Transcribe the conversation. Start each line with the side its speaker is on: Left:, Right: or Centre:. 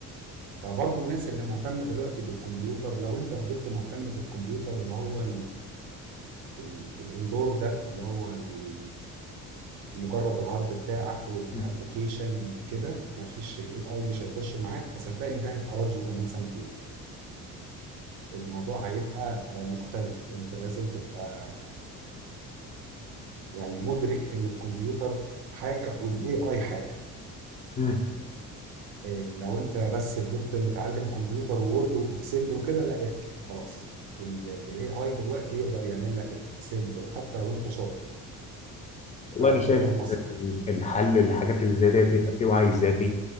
Right: فبرضه الناس اللي مهتمة دلوقتي بالكمبيوتر لو أنت فضلت مهتم بالكمبيوتر اللي هو ال- الاندور ده اللي هو ال- مجرد الهارد بتاعك والابلكيشن
Left: مم.
Right: وكده ما فيش الاي اي مش هيخش معاك فصدقني ده هيبقى راديو كمان سنتين الموضوع هيبقى آه، مختلف انت لازم تبقى يعني مدرك ان الكمبيوتر حاجه والاي اي حاجه
Left: مم.
Right: آه، لو انت بس فضلت متعلم كمبيوتر وورد واكسل وكده لا اركن خلاص الاي اي دلوقتي يقدر يعمل لك الاكسل وحتى لو انت شاطر
Left: والله
Right: فانت
Left: انا شايف
Right: من مص-
Left: ان الحل للحاجات اللي زي ديت يبقى فيه وعي ذاتي